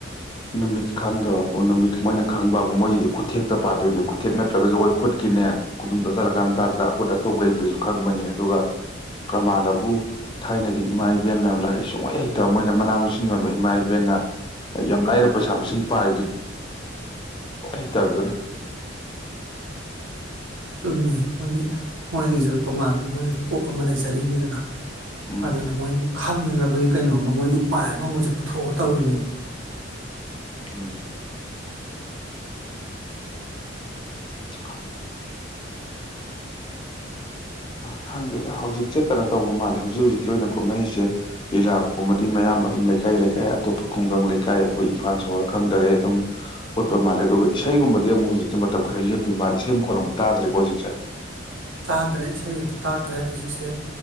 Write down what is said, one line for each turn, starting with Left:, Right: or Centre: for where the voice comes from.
Left: ꯅꯃꯁ ꯈꯪꯗꯕ ꯅꯨꯃꯤꯠ ꯃꯣꯏꯅ ꯈꯪꯕꯕꯨ ꯃꯣꯏꯒꯤꯗꯤ ꯈꯨꯊꯦꯛꯇ ꯄꯥꯗꯣꯏꯅꯦ ꯈꯨꯊꯦꯛ ꯅꯠꯇ꯭ꯔꯒꯁꯨ ꯑꯩꯈꯣꯏ ꯈꯨꯠꯀꯤꯅꯦ ꯈꯨꯗꯨꯝ ꯆꯥꯁꯤꯜꯂꯀꯥꯟ ꯊꯥꯛꯇ ꯎꯠ ꯑꯇꯣꯛ ꯂꯩꯕꯗꯨꯁꯨ ꯈꯪꯕꯅꯦ ꯑꯗꯨꯒ ꯄ꯭ꯔꯃꯥꯜꯂꯕꯨ ꯊꯥꯏꯅꯒꯤ ꯏꯃꯥ ꯏꯕꯦꯜꯅ ꯂꯥꯏꯔꯤꯛ ꯁꯨꯡꯍꯩ ꯍꯩꯛꯇ ꯃꯣꯏꯅ ꯃꯅꯥ ꯃꯁꯤꯡ ꯌꯣꯟꯕ ꯏꯃꯥ ꯏꯕꯦꯜꯅ ꯌꯥꯝ ꯂꯥꯏꯅ ꯄꯩꯁꯥ ꯃꯁꯤꯡ ꯄꯥꯏ ꯍꯩꯇꯕꯤꯗꯨꯅ
Right: ꯁꯃꯃꯦ ꯃꯣꯏꯒꯤ ꯃꯣꯏꯒꯤꯁꯨ ꯇꯣꯉꯥꯟꯕ ꯃꯣꯏꯗ ꯀꯣꯛ ꯑꯃ ꯂꯩꯖꯔꯤꯅꯤꯗꯅ
Left: ꯎꯝ
Right: ꯑꯗꯨꯗ ꯅ ꯃꯣꯏꯒꯤ ꯈꯪꯅꯅꯕꯒꯤ ꯀꯩꯅꯣꯝꯃ ꯃꯣꯏ ꯎꯄꯥꯏ ꯑꯃ ꯃꯣꯏꯁꯨ ꯄꯨꯊꯣꯛꯑ ꯇꯧꯔꯤꯅꯦꯕ
Left: ꯎ ꯑ ꯈꯪꯗꯦꯗ ꯍꯧꯖꯤꯛꯁꯦ ꯀꯩꯅꯣ ꯇꯧꯕ ꯃꯥꯜꯂꯦ ꯍꯧꯖꯤꯛ ꯍꯧꯖꯤꯛꯀꯤ ꯑꯣꯏꯅ ꯀꯨꯝꯍꯩꯁꯦ ꯂꯤꯂꯥꯀꯨꯝꯕꯗꯤ ꯃꯌꯥꯝ ꯑꯗꯨꯝ ꯂꯩꯀꯥꯏ ꯂꯩꯀꯥꯏ ꯑꯇꯣꯞꯄ ꯈꯨꯡꯒꯪ ꯂꯩꯀꯥꯏ ꯑꯩꯈꯣꯏ ꯏꯝꯐꯥꯜ ꯁꯣꯍꯣꯔ ꯈꯪꯗꯒꯩ ꯑꯗꯨꯝ ꯎꯠꯄ ꯃꯥꯜꯂꯦ ꯑꯗꯨꯒ ꯏꯁꯩꯒꯨꯝꯕꯗꯤ ꯑꯃꯨꯛ ꯍꯧꯖꯤꯛꯁꯦ ꯃꯇꯝ ꯈꯔ ꯂꯦꯞꯄꯤ ꯃꯥꯜꯂꯦ ꯏꯁꯩ ꯃꯈꯣꯜ ꯑꯃꯨꯛ ꯇꯥꯗ꯭ꯔꯦꯀꯣ ꯍꯧꯖꯤꯛꯁꯦ
Right: ꯇꯥꯗ꯭ꯔꯦ ꯏꯁꯩ ꯑꯃꯨꯛ ꯇꯥꯗ꯭ꯔꯦ ꯍꯧꯖꯤꯛꯁꯦ